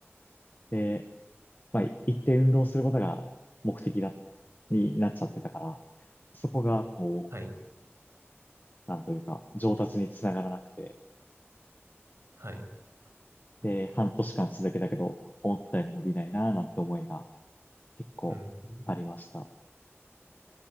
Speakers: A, on the left; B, on the right.
A: で、まあ行って運動することが目的だ、になっちゃってたから、そこがこ
B: はい。
A: う、なんというか、上達につながらなくて、
B: はい。うん。
A: で、半年間続けたけど、思ったより伸びないなぁなんて思いが結構ありました。
B: うん。うん